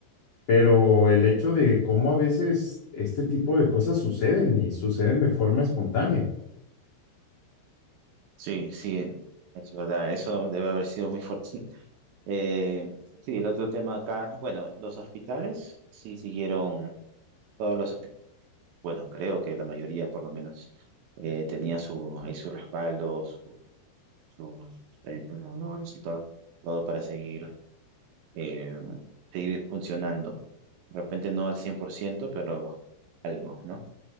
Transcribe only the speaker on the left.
pero el hecho de cómo a veces este tipo de cosas suceden y suceden de forma espontánea.